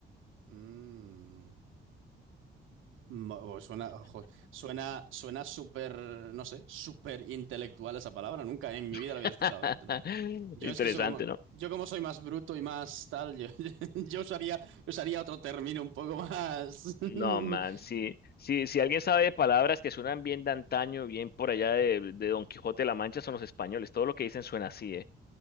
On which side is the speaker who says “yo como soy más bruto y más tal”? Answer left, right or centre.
Right